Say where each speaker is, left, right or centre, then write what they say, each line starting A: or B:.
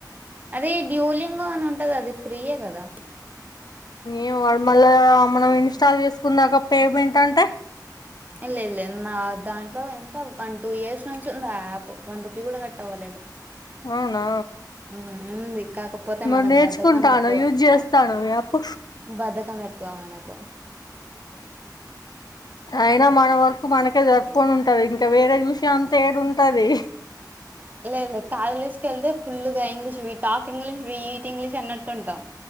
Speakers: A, on the right; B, on the left.
A: అదే డ్యూలింగో అనన్ ఉంటది అది ఫ్రీయే కదా
B: ఏం వాడు మళ్ళ మనం ఇన్స్టా చేసుకున్నాక పేమెంట్ ఏ అంటే?
A: ల్లేదు లేదు నా దాంట్లో ఎంత వన్ టూ ఇయర్స్ నుంచి ఉంది ఆ యాప్ వన్ రూపీ కూడా కట్ అవ్వలేదు.
B: అవునా.
A: ఉమ్ ఉంది. కాకపోతే
B: మరి
A: మనకు
B: నేర్చుకుంట
A: బధకం ఎక్కువ
B: అన్నావు యూజ్ చేస్తానవ యాప్
A: బధకం ఎక్కువ మనకు
B: అయినా మన వర్కు మనకే సరిపో పోనీ ఉంటది. ఇంకా వేరే చూసే అంతా ఏడు ఉంటది.
A: లే లేద కాలేజ్ కి వెళ్తే full. English we talk English we English అన్నట్టు ఉంటాం